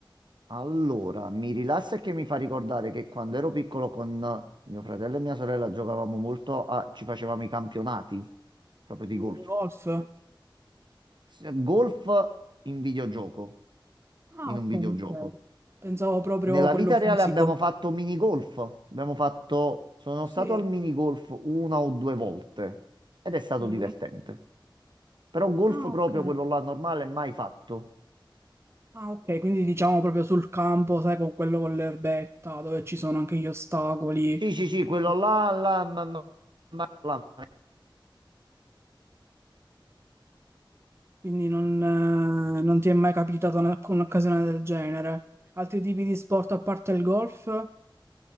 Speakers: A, on the right; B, on the right.
A: Allora, mi rilassa e che mi fa ricordare che quando ero piccolo con mio fratello e mia sorella giocavamo molto a... ci facevamo i campionati proprio di
B: Il
A: golf.
B: golf?
A: S- Golf in videogioco,
B: Ah,
A: in
B: ok,
A: un videogioco.
B: ok. Pensavo proprio
A: Nella
B: quello
A: vita
B: fisico.
A: reale abbiamo fatto mini golf, abbiamo fatto... sono
B: Sì.
A: stato al mini golf una o due volte ed è stato
B: Mhm.
A: divertente. Però golf
B: Ah,
A: proprio
B: ok.
A: quello là normale mai fatto.
B: Ah, ok, quindi diciamo proprio sul campo, sai, con quello con l'erbetta, dove ci sono anche gli ostacoli.
A: Sì,
B: e
A: sì, sì, quello
B: cose
A: là, là, là, là.
B: Quindi non, eh, non ti è mai capitata una- un'occasione del genere. Altri tipi di sport a parte il golf, in